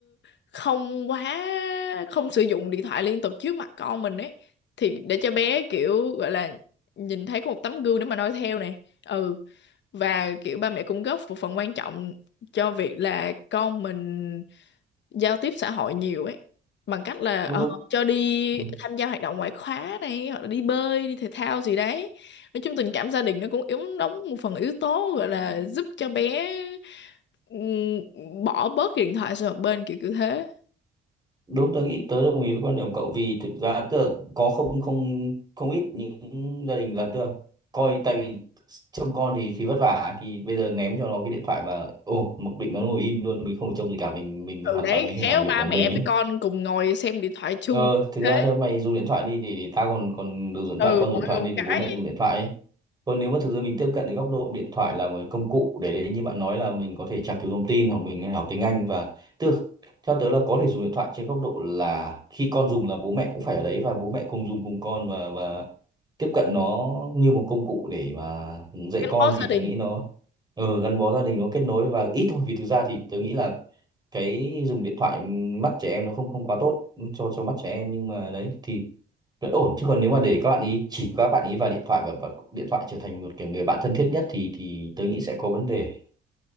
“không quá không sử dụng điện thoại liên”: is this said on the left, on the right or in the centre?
Left